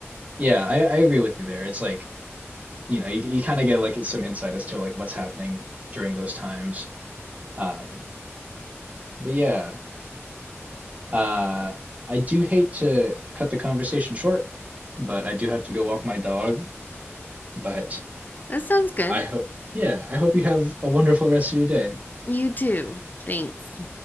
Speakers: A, on the right (about 30°); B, on the left (about 40°).
A: yeah, I I agree with you there. It's like, you know, you you kind of get like some insight as to like what's happening during those times. Um but yeah, uh I do hate to cut the conversation short, but I do have to go walk my dog. But
B: That sounds good.
A: I hope, yeah, I hope you have a wonderful rest of your day.
B: You too. Thanks.